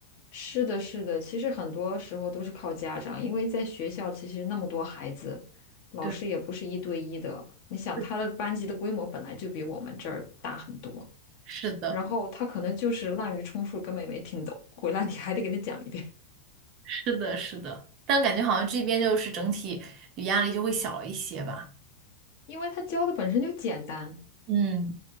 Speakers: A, on the left; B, on the right.
A: 是的，是的，其实很多时候都是靠家长，因为在学校其实那么多孩子，老师也不是一对一的。
B: 对，
A: 你想他的班级的规模本来就比我们这儿大很多，
B: 是是的，
A: 然后他可能就是滥竽充数，根本也没听懂，回来你还得给他讲一遍，
B: 是的，是的。但感觉好像这边就是整体压力就会小一些吧。
A: <laughs> 因为他教的本身就简单，
B: 嗯，